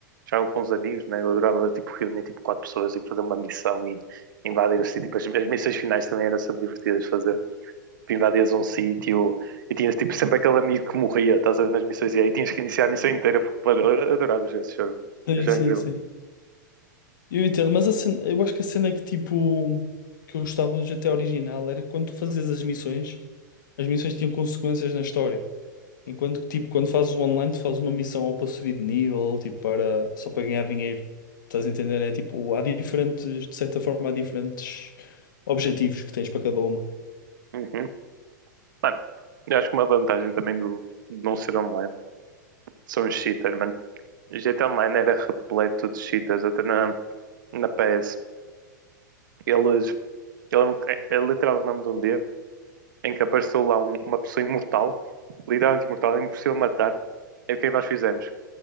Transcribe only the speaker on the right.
já com os amigos, né? Eu adorava, tipo, reunir, tipo, quatro pessoas e fazer uma missão e invadir o sítio. Tipo, as, as missões finais também eram sempre divertidas de fazer. Tu invadias um sítio e tinhas, tipo, sempre aquele amigo que morria, estás a ver, nas missões. E aí tinhas que iniciar a missão inteira, porque, mano, eu adorava jogar esse jogo.
Já
é incrível.
Uhum. Mano, eu acho que uma vantagem também do de não ser online são os cheaters, mano. O GTA Online era repleto de cheaters, até na, na PS. Eles... Ele, é, é literalmente o nome de um dia em que apareceu lá um- uma pessoa imortal, literalmente imortal, é impossível matar. é o que é nós fizemos?